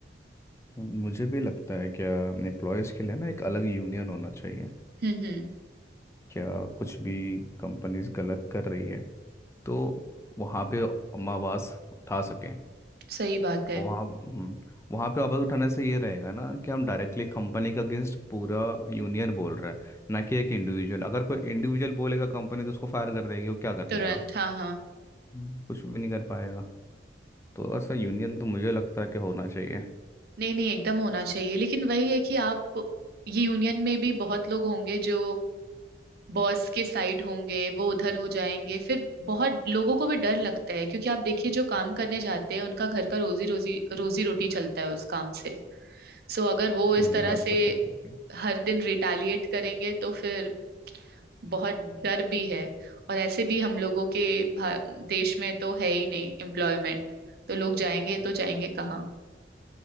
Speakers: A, on the left; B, on the right.
A: मुझे भी लगता है क्या एम्प्लॉयज़ के लिए ना एक अलग यूनियन होना चाहिए
B: हम्म हम्म
A: क्या कुछ भी कंपनीज गलत कर रही है तो वहाँ पे हम आवाज़ उठा सकें
B: सही बात है
A: वहाँ हम्म, वहाँ पे आवाज़ उठाने से ये रहेगा ना कि हम डायरेक्टली कंपनी के अगेंस्ट पूरा यूनियन बोल रहा है ना कि एक इंडिविजुअल अगर कोई इंडिविजुअल बोलेगा कंपनी तो उसको फायर कर देगी वो क्या कर
B: तुरंत
A: लेगा
B: हाँ हाँ
A: हम्म, कुछ भी नहीं कर पाएगा तो ऐसा यूनियन तो मुझे लगता है कि होना चाहिए
B: नहीं नहीं एकदम होना चाहिए लेकिन वही है कि आप ये यूनियन में भी बहुत लोग होंगे जो बॉस के साइड होंगे वो उधर हो जाएंगे फिर बहुत लोगों को भी डर लगता है क्योंकि आप देखिए जो काम करने जाते हैं उनका घर का रोजी रोजी रोजी रोटी चलता है उस काम से सो अगर वो इस
A: हम्म,
B: तरह
A: बात
B: से
A: तो सही है आपकी।
B: हर दिन रिटालिएट करेंगे तो फिर बहुत डर भी है और ऐसे भी हम लोगों के भा- देश में तो है ही नहीं एम्प्लॉयमेंट तो लोग जाएंगे तो जाएंगे कहाँ